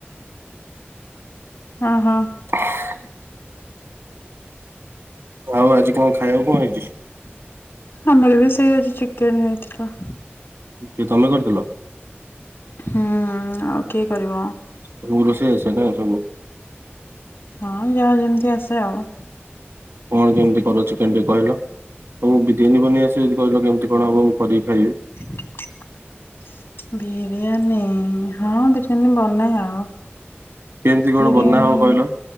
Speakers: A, on the left; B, on the right.
A: ଅ ହ।
B: <unintelligible> ଆଉ ଆଜି କଣ ଖାଇଆକୁ କଣ ହେଇଚି?
A: ଆମର ବି ସେଇ ଆଜି ଚିକେନ ହେଇଥିଲା।
B: କିଏ ତମେ କରିଥିଲ?
A: ହୁଁ ଆଉ କିଏ କରିବ?
B: ତମୁକୁ ରୋଷେଇ ଆସେ ନା ସବୁ।
A: ହଁ ଯାହା ଯେମିତି ଆସେ ଆଉ।
B: କଣ କେମିତି କର ଚିକେନ ଟିକେ କହିଲ? ତମୁକୁ ବିରିୟାନୀ ବନେଇ ଆସ ଯଦି କହିଲ କେମିତି କଣ ହବ ମୁଁ କରିକି ଖାଇବି।
A: <unintelligible> ବିରିୟାନି ହଁ ବିରିୟାନୀ ବନାଏ ଆଉ।
B: କେମିତି କଣ
A: ବିରିୟାନୀ
B: ବନା ହବ କହିଲ?